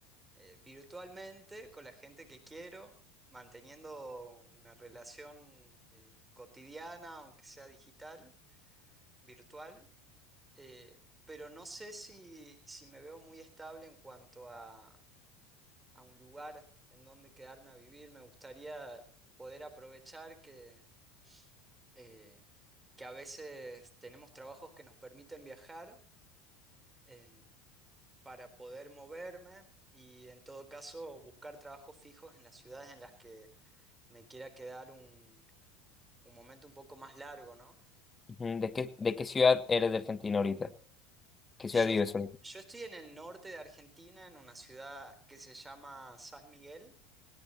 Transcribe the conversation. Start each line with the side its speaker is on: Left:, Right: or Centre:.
Right: eh, virtualmente con la gente que quiero, manteniendo una relación eh, cotidiana, aunque sea digital, virtual, eh, pero no sé si, si me veo muy estable en cuanto a a un lugar en donde quedarme a vivir. Me gustaría poder aprovechar que, eh, que a veces tenemos trabajos que nos permiten viajar en- para poder moverme y en todo caso buscar trabajos fijos en las ciudades en las que me quiera quedar un, un momento un poco más largo, ¿no?
Left: Ujú, ¿De qué, de qué ciudad eres de Argentina ahorita? ¿Qué
Right: Yo,
Left: ciudad vives ahorita?
Right: yo estoy en el norte de Argentina, en una ciudad que se llama San Miguel.